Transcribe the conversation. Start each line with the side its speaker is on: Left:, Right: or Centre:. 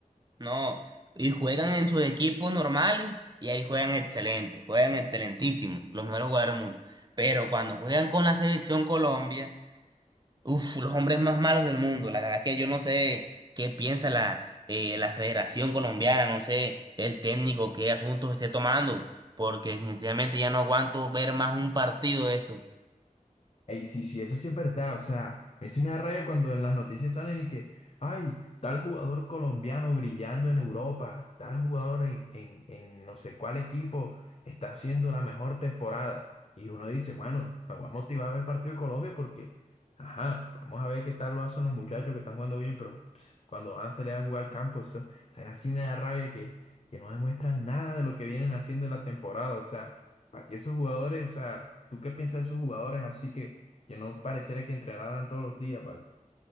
Right: No, y juegan en sus equipos normales y ahí juegan excelente, juegan excelentísimo, los mejores jugadores del mundo. Pero cuando juegan con la selección Colombia, uff, los hombres más malos del mundo. La verdad es que yo no sé qué piensa la, eh, la Federación Colombiana, no sé el técnico qué asuntos esté tomando, porque definitivamente ya no aguanto ver más un partido de esto.
Left: Ey, sí, sí, eso sí es verdad. O sea, a mí sí me da rabia cuando en las noticias salen y que, ay, tal jugador colombiano brillando en Europa, tal jugador en, en, en no sé cuál equipo está haciendo la mejor temporada. Y uno dice, bueno, me voy a motivar a ver el partido de Colombia porque, ajá, vamos a ver qué tal lo hacen los muchachos que están jugando bien, pero ps, cuando van a salir a jugar al campo, eso, o sea, así me da rabia que, que no demuestran nada de lo que vienen haciendo en la temporada. O sea, para ti esos jugadores, o sea, ¿tú qué piensas de esos jugadores así que que no pareciera que entrenaran todos los días, ¿vale?